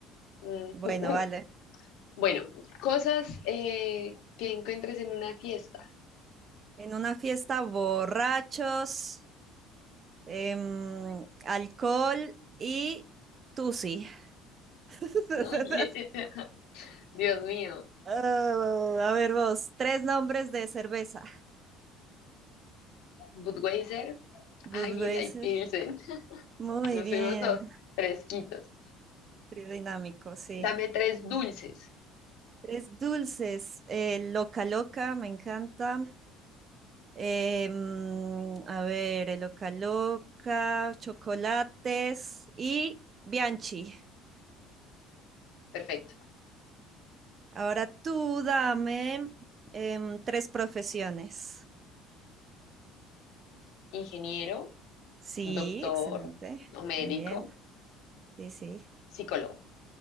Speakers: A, on the left (about 75°); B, on the right (about 25°).
A: mm,
B: Bueno,
A: mm.
B: vale.
A: Bueno, cosas eh, que encuentres en una fiesta.
B: En una fiesta, borrachos, em, alcohol y tusi. <laughs>
A: <laughs> Oye, Dios mío.
B: Ah, a ver vos, tres nombres de cerveza.
A: Budweiser,
B: Budweiser.
A: Águila y Pilsen.
B: Muy
A: Nos
B: bien.
A: fuimos a fresquitos.
B: Trío dinámico, sí.
A: Dame tres dulces.
B: Tres dulces. eh, Loca Loca, me encanta. Eh, mm, a ver, el Loca Loca, chocolates y Bianchi.
A: Perfecto.
B: Ahora tú dame em, tres profesiones.
A: ingeniero,
B: Sí,
A: doctor
B: excelente.
A: o médico,
B: Muy bien. Sí, sí.
A: psicólogo,